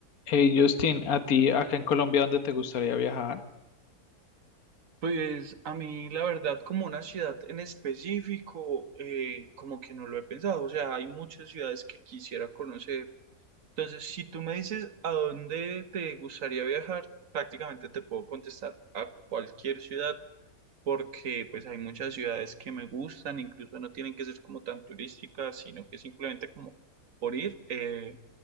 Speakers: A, on the left; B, on the right.
A: Hey Justin, ¿a ti acá en Colombia dónde te gustaría viajar?
B: Pues a mí la verdad como una ciudad en específico eh, como que no lo he pensado, o sea, hay muchas ciudades que quisiera conocer. Entonces, si tú me dices a dónde te gustaría viajar, prácticamente te puedo contestar a cualquier ciudad porque pues hay muchas ciudades que me gustan, incluso no tienen que ser como tan turísticas, sino que simplemente como por ir. eh,